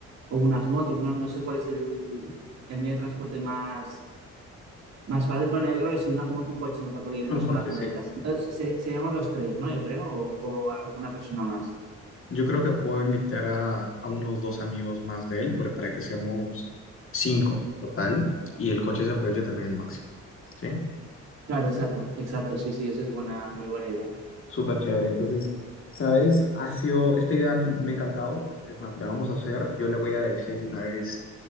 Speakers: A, on the right; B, on the left.
A: o unas motos, ¿no? No sé cuál es el, el medio de transporte más, más fácil. Bueno, yo creo que sí, una- un, un coche mejor, porque iremos
B: un coche,
A: con las maletas.
B: sí.
A: Entonces, seri- seríamos los tres, ¿no? Yo creo, o, o alguna persona más.
B: Yo creo que puedo invitar a, a unos dos amigos más de él por- para que seamos cinco en total y el coche se aproveche también el máximo. ¿Sí?
A: Claro, exacto, exacto, sí, sí, esa es buena, muy buena idea.
B: Súper chévere. Entonces, ¿sabes? Ha sido, esta idea me ha encantado. Es más, la vamos a hacer. Yo le voy a decir de una vez